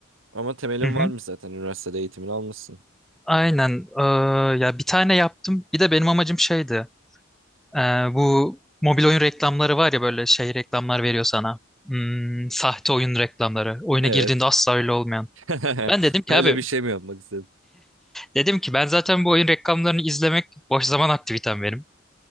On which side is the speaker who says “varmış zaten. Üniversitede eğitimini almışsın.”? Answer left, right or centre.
Right